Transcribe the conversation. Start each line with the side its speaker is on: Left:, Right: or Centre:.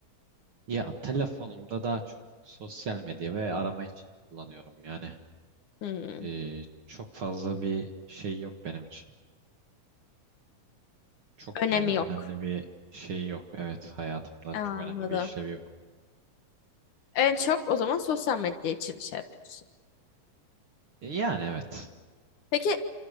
Right: Ya telefonumda daha çok sosyal medya ve arama için kullanıyorum yani.
Left: Hmm,
Right: Ee, çok fazla bir şey yok benim için. Çok
Left: önemi
Right: böyle önemli
Left: yok.
Right: bir şey yok. Evet hayatımda
Left: Anladım.
Right: çok önemli bir işlevi yok.
Left: En çok o zaman sosyal medya için şey yapıyorsun.
Right: E, yani evet.
Left: Peki